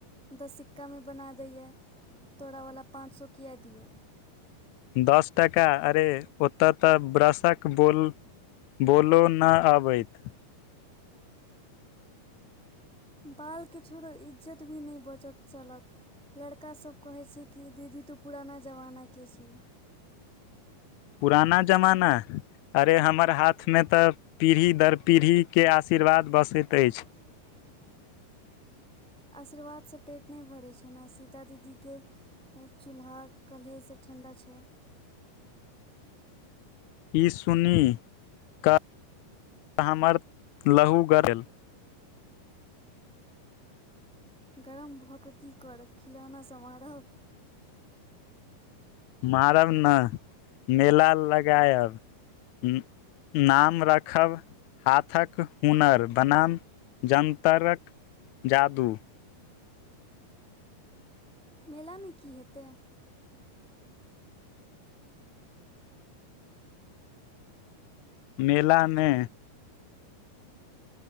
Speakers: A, in the centre; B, on the left (about 85°).
A: तऽ सिक्कामे बना दैयए तोरावला पाँच सए किए दियौ
B: दस टाका अरे ओतऽ तऽ ब्रशक बोल बोलऽ न आबैत
A: बालके छोड़ो इज्जत भी नहि बचत चलक लड़का सब कहै छै कि दीदी तू पुराना जमानाके छी
B: पुराना जमाना अरे हमर हाथमे तऽ पीढ़ी दर पीढ़ीके आशीर्वाद बसैत अछि
A: बसैत अछि आशीर्वादसँ पेट नहि भरैत छै ने आ सीता दीदीके चूल्हा कल्हेसँ ठण्डा छै
B: ई सुनी क हमर लहू गड़ल
A: गरम भऽ कऽ की करब खिलौना सऽ मारब
B: मारब नऽ मेला लगायब ह नाम रखब हाथक हुनर बनााम जन्तरक जादू
A: मेलामे की हेतै
B: मेलामे